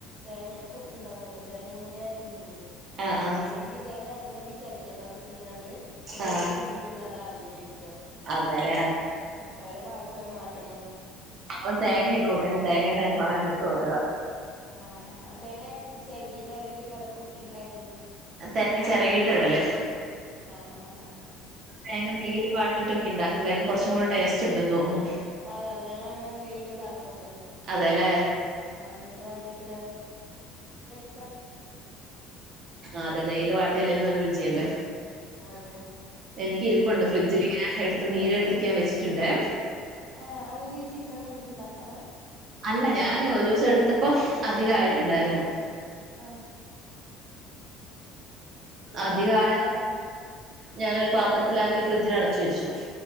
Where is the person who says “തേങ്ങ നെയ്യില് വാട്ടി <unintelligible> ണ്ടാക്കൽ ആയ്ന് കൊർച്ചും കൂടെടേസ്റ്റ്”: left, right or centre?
Right